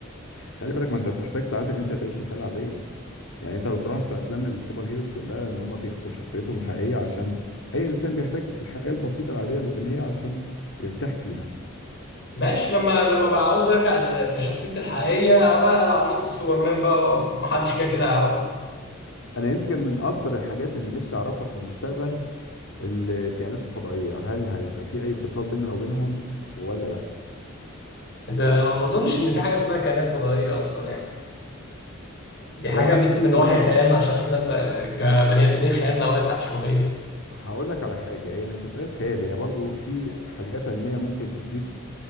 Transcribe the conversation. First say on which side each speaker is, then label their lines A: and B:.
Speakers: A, on the left; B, on the left.
A: خلي بالك ما انت بتحتاج ساعات ان انت تعيش الحالة عادية يعني انت لو تلاحظ في افلام السوبر هيروز كلها ان هم بيخفوا شخصيتهم الحقيقية عشان اي انسان بيحتاج الحياة البسيطة العادية الروتينية عشان يرتاح فيها
B: ماشي لما لما بقى عاوز ارجع ل- لشخصيتي الحقيقيه ابقى انا على لبس سوبرمان بقى ومحدش كده كده يعرفني
A: انا يمكن من اكتر الحاجات اللي نفسي اعرفها في المستقبل الكائنات الفضائية هل هيبقى في اي اتصال بيننا وبينهم ولا لا
B: ده ما اظنش ان في حاجه اسمها كائنات فضائيه اصلا يعني دي حاجه
A: هو
B: بس من وحي
A: هو ما
B: خيالنا
A: فيش
B: عشان احنا بقى كبني ادمين خيالنا واسع شويه
A: هقول لك على حاجة هي مش مسألة خيال هي برضو في حاجات علمية ممكن تديك